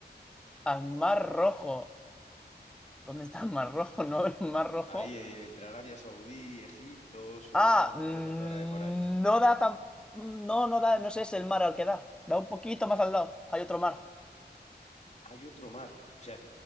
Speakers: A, in the centre; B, on the left.
A: Al mar Rojo. ¿Dónde está el mar Rojo? <laughs> No, el mar Rojo.
B: Ahí eh, entre Arabia Saudí, Egipto, Sudán,
A: Ah, mm,
B: por esa zona de por ahí.
A: no da tan... No, no da, no sé, es el mar al que da. Da un poquito más al lado. Hay otro mar.
B: Hay otro mar. O sea,